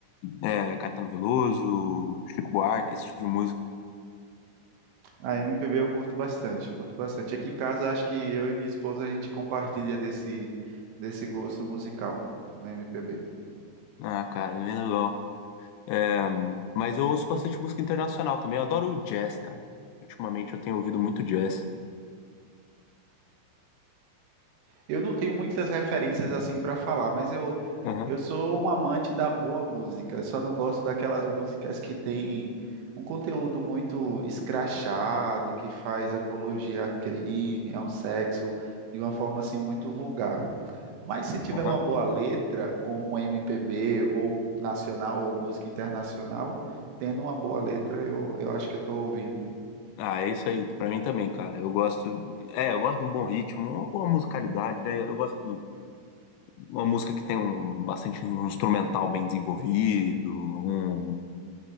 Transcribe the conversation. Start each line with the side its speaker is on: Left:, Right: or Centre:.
Left: é, Caetano Veloso, Chico Buarque, esse tipo de música.
Right: A MPB eu curto bastante, curto bastante. Aqui em casa, acho que eu e minha esposa, a gente compartilha desse, desse gosto musical do MPB.
Left: Ah, cara, bem legal. É, mas eu ouço bastante música internacional também. Eu adoro o jazz, cara. Ultimamente eu tenho ouvido muito jazz.
Right: Eu não tenho muitas referências assim para falar, mas eu,
Left: Aham,
Right: eu sou um amante da boa música. Eu só não gosto daquelas músicas que têm um conteúdo muito escrachado, que faz apologia a crime, ao sexo, de uma forma assim muito vulgar. Mas se tiver
Left: aham.
Right: uma boa letra, como MPB ou nacional ou música internacional, tendo uma boa letra, eu, eu acho que eu estou ouvindo.
Left: Ah, é isso aí. Pra mim também, cara. Eu gosto. É, eu gosto de um bom ritmo, uma boa musicalidade, né? Eu gosto de uma música que tem um bastante um instrumental bem desenvolvido. um-